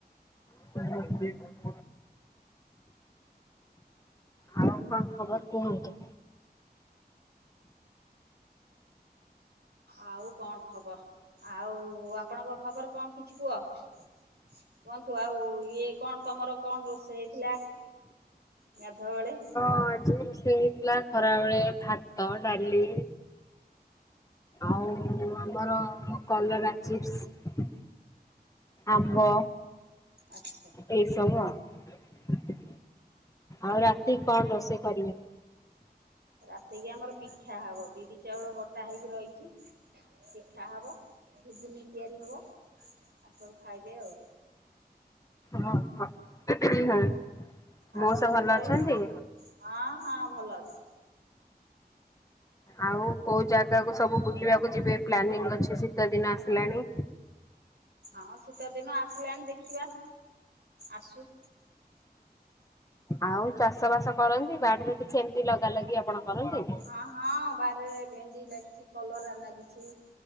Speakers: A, on the left (about 20°); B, on the right (about 85°).
A: <unintelligible> ଆଉ କଣ ଖବର କୁହନ୍ତୁ?
B: ଆଉ କଣ ଖବର ଆଉ ଆପଣଙ୍କ ଖବର କଣ କିଛି କୁହ? କୁହନ୍ତୁ ଆଉ ଇଏ କଣ ତମର କଣ ରୋଷେଇ ହେଇଥିଲା? ଗାଧୁଆବେଳେ?
A: ହଁ ଆଜି ସେଇ ହେଇଥିଲା ଖରାବେଳେ ଭାତ ଡ଼ାଲି ଆଉ ଆମର କଲରା ଚିପ୍ସ ଆମ୍ବ
B: ଆଚ୍ଛା।
A: ଏଇସବୁ ଆଉ ଆଉ ରାତି କଣ ରୋଷେଇ କରିବେ?
B: ରାତିକି ଆମର ପିଠା ହବ ବିରି ଚାଉଳ ବଟା ହେଇକି ରଇଚି। ପିଠା ହବ ଘୁଗୁନି ତିଆରି ହବ ଆସବୁ ଖାଇବେ ଆଉ।
A: ହଁ ହ-ହ ମଉସା
B: ଆପଣଙ୍କ
A: ଭଲ
B: ଘରେ
A: ଅଛନ୍ତି?
B: ହଁ ହଁ ଭଲ ଅଛିନ୍ତି।
A: ଆଉ କୋଉ ଜାଗାକୁ ସବୁ ବୁଲିବାକୁ ଯିବେ ପ୍ଲାନିଂ ଅଛି ଶୀତ ଦିନ ଆସିଲାଣି?
B: ହଁ ଶୀତଦିନ ଆସିଲାଣି ଦେଖିବା ଆସୁ।
A: ଆଉ ଚାଷ ବାସ କରନ୍ତି ବାଡ଼ିରେ କିଛି ଏମତି ଲଗା ଲଗି ଆପଣ କରନ୍ତି?
B: ହଁ ହଁ ବାରିରେ ଭେଣ୍ଡି ଲାଗିଛି କଲରା ଲାଗିଛି।